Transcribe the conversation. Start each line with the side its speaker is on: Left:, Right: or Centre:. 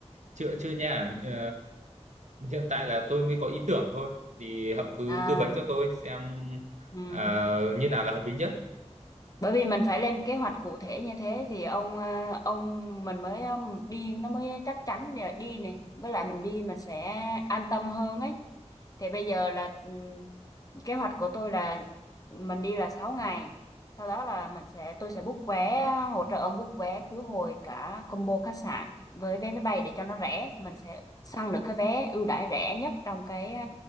Right: Chưa chưa nha. Ờ, hiện tại là tôi mới có ý tưởng thôi. Thì Hậu cứ
Left: À,
Right: tư vấn cho tôi xem
Left: ừ.
Right: ờ, như nào là hợp lý nhất.
Left: bởi vì mình phải lên kế hoạch cụ thể như thế thì ông ờ, ông mình mới ờ, đi nó mới chắc chắn để đi nè với lại mình đi mình sẽ an tâm hơn ấy thì bây giờ là ừm, kế hoạch của tôi là mình đi là 6 ngày sau đó là mình sẽ tôi sẽ book vé hỗ trợ ông book vé khứ hồi cả combo khách sạn với vé máy bay để cho nó rẻ mình sẽ săn được cái vé ưu đãi rẻ nhất trong cái ờ,